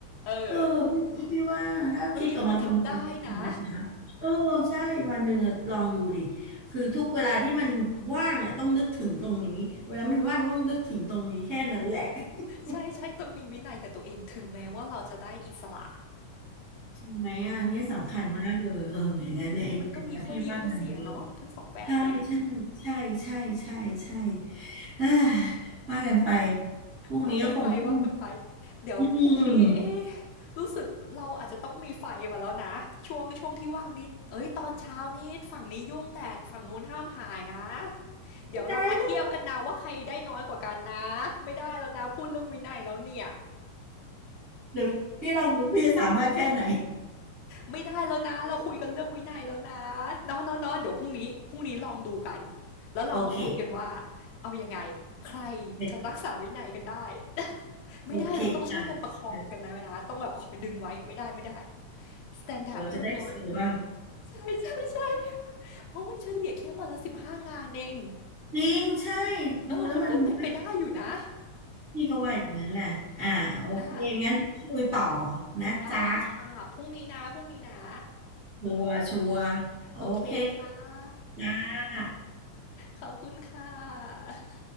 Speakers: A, on the left; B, on the right.
A: เออ
B: เออพี่พี่ว่าถ้าคิดออกมาคำนวณได้นะเออใช่วันหนึ่งอะลองดูดิ
A: มันมีคนทำได้นะ
B: คือทุกเวลาที่มันว่างเนี่ยต้องนึกถึงตรงนี้เวลามันว่างต้องนึกถึงตรงนี้แค่นั้นแหละ <laughs>
A: ใช่ใช่ต้องมีวินัยกับตัวเองถึงแม้ว่าเราจะได้อิสระ
B: ใช่ไหมอ่ะเนี่ยสำคัญมากเลยเอออย่างนั้นในไอเดียนะพี่ว่ามันเวิร์ก
A: อืมมันก็มีข้อดีข้อเสียเนาะทั้งสองแบบเลย
B: ใช่ใช่ใช่ใช่ใช่ใช่เอ้อว่ากันไปพรุ่งนี้ก็คงต้อง
A: ว่ากันไปว่ากันไปเดี๋ยวพรุ่งนี้เอ๊ะ
B: อืม
A: รู้สึกเราอาจจะต้องมีไฟมาแล้วนะช่วงช่วงที่ว่างนี้เอ้ยตอนเช้านี้ฝั่งนี้ยุ่งแต่ฝั่งนู้นห้ามหายนะเดี๋ยวลองมาเทียบกันนะว่าใครได้น้อยกว่ากันนะไม่ได้แล้วนะพูดเรื่องวินัยแล้วเนี่ย
B: ได้ไหมเดี๋ยวพี่ลองดูพี่จะสามารถแค่ไหน
A: ไม่ได้แล้วนะเราคุยกันเรื่องวินัยแล้วนะเนาะเนาะเนาะเดี๋ยวพรุ่งนี้พรุ่งนี้ลองดูกันแล้วเรามาคุยกันว่า
B: โอเค
A: เอายังไงใคร
B: เด็๋
A: จะรักษาวินัยกันได้ <laughs> ไม่ได้เราต้องช่วยกันประคองกันนะนะต้องแบบคอยดึงไว้ไม่ได้ไม่ได้
B: โอเคจ้ะเดี๋ยว
A: สแตนดาร์ดห้ามลด
B: เยราจะได้เซอร์บ้าง
A: ใช่ใช่ใช่เพราะมันเฉลี่ยแค่วันละสิบห้างานเอง
B: จริงใช่
A: เออมันก็เป็นไปได้อยู่นะ
B: ดูแล้วมันพี่ก็ว่าอย่างนั้นแหละอ่าโอเคงั้นคุยต่อ
A: อ่า
B: นะจ๊ะ
A: ได้ค่ะ พรุ่งนี้นะพรุ่งนี้นะ
B: ชัวร์ชัวร์โอเค
A: โอเคค่ะ
B: จ้า
A: ขอบคุณค่ะ